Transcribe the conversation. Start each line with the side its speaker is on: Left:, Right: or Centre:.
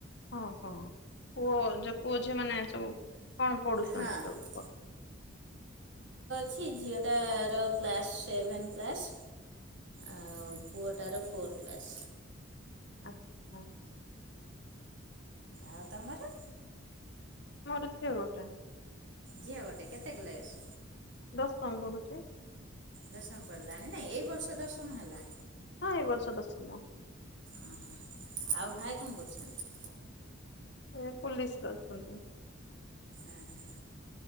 Left: ଓହୋ, ପୁଅ ଯୋଉ ପୁଅଝିଅ ମାନେ ସବୁ କଣ ପଢୁଛନ୍ତି
Right: ହଁ
Left: ସବୁ କଣ?
Right: ଛି ଝିଅଟାର କ୍ଲାସ୍ ସେଭେନ୍ କ୍ଲାସ୍। ଆଉ ପୁଅଟାର ଫୋର୍ କ୍ଲାସ୍।
Left: ଆଚ୍ଛା।
Right: ଆଉ ତମର?
Left: ମୋର ଝିଅ ଗୋଟେ।
Right: ଝିଅ ଗୋଟେ କେତେ ଗ୍ଲାସ୍?
Left: ଦଶମ ପଢ଼ୁଛି।
Right: ଦଶମ ପଡିଲାଣି ନାଇଁ, ଏଇ ବର୍ଷ ଦଶମ ହେଲା?
Left: ହଁ, ଏ ବର୍ଷ ଦଶମ।
Right: ଓହୋ, ଆଉ ଭାଇ କଣ କରୁଛନ୍ତି?
Left: ଏ ପୁଲିସ୍ ରେ ଅଛନ୍ତି।
Right: ଓହୋ,